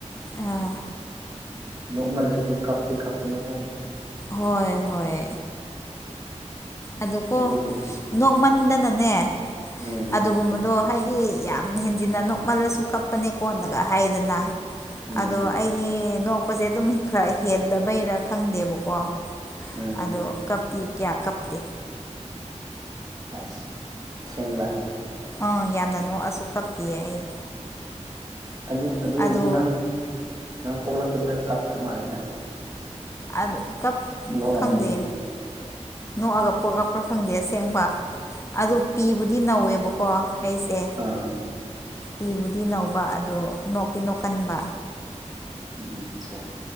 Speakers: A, on the left; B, on the right.
A: ꯑꯥ
B: ꯅꯀꯃꯜ ꯔꯁꯨꯣ ꯀꯞ ꯊ ꯀꯞꯅꯦ ꯍ
A: ꯍꯣꯏ ꯍꯣꯏ ꯑꯗꯨꯀꯣ
B: ꯑꯗꯨꯕꯨ
A: ꯅꯣꯛꯃꯟꯗꯅꯅꯦ
B: ꯎꯝ
A: ꯑꯗꯨꯒꯨꯝꯕꯗꯣ ꯍꯥꯏꯗꯤ ꯁꯤ ꯌꯥꯝ ꯍꯦꯟꯖꯤꯟꯅ ꯅꯣꯛꯃꯜꯂꯁꯨ ꯀꯞꯄꯅꯦ ꯀꯣꯟꯅꯒ ꯍꯥꯏꯗꯅ
B: ꯎꯝ
A: ꯑꯗꯣ ꯑꯩꯒꯤ ꯅꯣꯛꯄꯁꯦ ꯑꯗꯨꯝ ꯈꯔ ꯍꯦꯜꯂꯕꯩꯔ ꯈꯪꯗꯦꯕꯀꯣ
B: ꯎꯝ
A: ꯑꯗꯣ ꯀꯞꯇ ꯀꯌꯥ ꯀꯞꯇꯦ
B: ꯑꯁ ꯑꯁꯦꯡꯕ
A: ꯑꯥ ꯌꯥꯝꯅ ꯅꯣꯛꯑꯁꯨ ꯀꯞꯄꯤꯌꯦ ꯑꯩ
B: ꯑꯗꯨ ꯑꯗꯨ ꯑꯣꯏꯔꯗꯤ
A: ꯑꯗꯣ
B: ꯅꯪ ꯅꯪ ꯄꯣꯛꯂꯛꯄꯗ ꯀꯞꯇ ꯃꯥꯜꯂꯦꯗ
A: ꯑ ꯀꯞ
B: ꯅꯣꯛꯑꯝꯃꯅꯤ
A: ꯈꯪꯗꯦ ꯅꯣꯛꯑꯒ ꯄꯣꯛꯂꯛꯄ꯭ꯔꯥ ꯈꯪꯗꯦꯁ ꯑꯁꯦꯡꯕ ꯑꯗꯨ ꯄꯤꯕꯨꯗꯤ ꯅꯧꯋꯦꯕꯀꯣ ꯑꯩꯁꯦ
B: ꯑꯥ
A: ꯏꯤꯕꯨꯗꯤ ꯅꯧꯕ ꯑꯗꯣ ꯅꯣꯛꯇꯤ ꯅꯣꯛꯀꯟꯕ
B: ꯎꯝ ꯑꯆꯥ